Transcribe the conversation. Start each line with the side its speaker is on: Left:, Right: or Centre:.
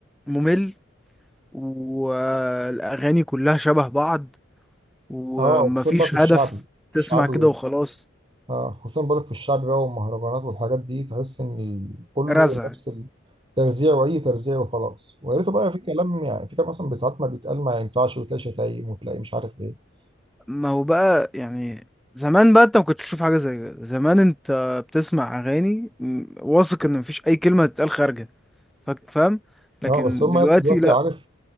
Centre: ممل والاغاني كلها شبه بعض ومفيش
Right: اه وخصوصا بقى في الشعبي
Centre: هدف
Right: الشعبي
Centre: تسمع كده
Right: وال...
Centre: وخلاص
Right: اه خصوصا بقولك في الشعبي بقى والمهرجانات والحاجات دي تحس ان ال- كله
Centre: رزع
Right: نفس الترزيع واي ترزيع وخلاص ويا ريته بقى في كلام يعني في كلام اصلا ساعات ما بيتقال ما ينفعش وتلاقي شتايم وتلاقي مش عارف ايه
Centre: ما هو بقى يعني زمان بقى انت ما كنتش تشوف حاجه زي كده زمان انت بتسمع اغاني م- واثق ان مفيش اي كلمه تتقال خارجه فاك- فاهم لكن
Right: اه بس هم
Centre: دلوقتي
Right: اصلا دلوقتي
Centre: لا
Right: عارف